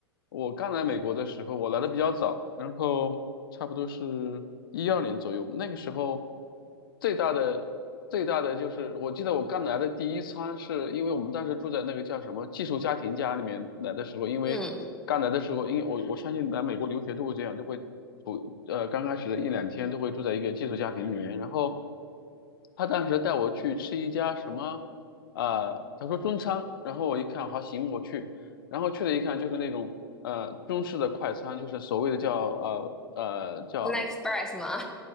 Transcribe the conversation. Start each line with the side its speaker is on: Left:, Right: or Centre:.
Left: 我刚来美国的时候，我来的比较早，然后差不多是一二年左右，那个时候最大的最大的就是，我记得我刚来的第一餐是因为我们当时住在那个叫什么寄宿家庭家里面来的时候，因为刚来的时候，
Centre: 嗯
Left: 因为我我相信来美国留学都会这样，就会不呃刚开始的一两天都会住在一个寄宿家庭里面，然后他当时带我去吃一家什么啊、呃他说中餐，然后我一看好行我去，然后去了一看就是那种呃中式的快餐，就是所谓的叫呃呃叫
Centre: ，Panda Express 吗？